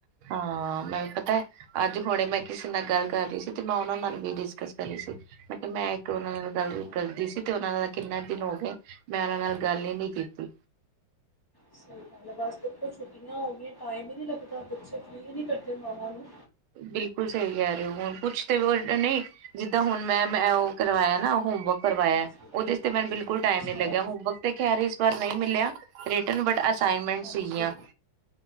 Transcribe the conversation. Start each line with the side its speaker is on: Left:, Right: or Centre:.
Right: ਹਾਂ ਮੈਂ ਵੀ ਪਤਾ ਐ। ਅੱਜ ਹੁਣੇ ਮੈਂ ਕਿਸੇ ਨਾਲ ਗੱਲ ਕਰ ਰਹੀ ਸੀ ਤੇ ਮੈਂ ਓਨਾਂ ਨਾਲ ਵੀ ਡਿਸਕਸ ਕਰ ਰਹੀ ਸੀ। ਮੈਂ ਕੇਹ ਮੈਂ ਇੱਕ ਓਨਾਂ ਨਾਲ ਗੱਲ
Left: ਹਾਂ,
Right: ਕਰਦੀ ਸੀ ਤੇ ਓਨਾਂ ਨਾਲ ਕਿੰਨੇ ਦਿਨ ਹੋ ਗਏ। ਮੈਂ ਓਨਾਂ ਨਾਲ ਗੱਲ ਈ ਨੀ ਕੀਤੀ।
Left: ਸਹੀ ਗਲ ਐ। ਬਸ ਦੇਖੋ ਛੁੱਟੀਆਂ ਹੋ ਗਈਆਂ ਟਾਈਮ ਈ ਨੀ ਲੱਗਦਾ। ਬੱਚੇ ਫਰੀ ਨੀ ਕਰਦੇ ਮਾਵਾਂ ਨੂੰ।
Right: ਬਿਲਕੁਲ ਸਹੀ ਕਹਿ ਰਹੇ ਓ, ਹੁਣ ਕੁਛ ਤੇ ਵਡ ਨਈ। ਜਿੱਦਾਂ ਹੁਣ ਮੈਂ, ਮੈਂ ਓਹ ਕਰਵਾਇਆ ਨਾ ਹੋਮਵਰਕ। ਕਰਵਾਇਆ
Left: ਹਾਂਜੀ
Right: ਉਹਦੇ ਚ ਤੇ ਮੈਨੂੰ ਬਿਲਕੁਲ ਟਾਈਮ
Left: ਅੱਛਾ
Right: ਨੀ ਲੱਗਿਆ ਹੋਮਵਰਕ ਤੇ ਖੈਰ ਇਸ ਵਾਰ ਨਈ ਮਿਲਿਆ ਰਿਟਨ ਬਟ ਅਸਾਈਨਮੈਂਟ
Left: ਹਾਂਜੀ
Right: ਸੀਗੀਆਂ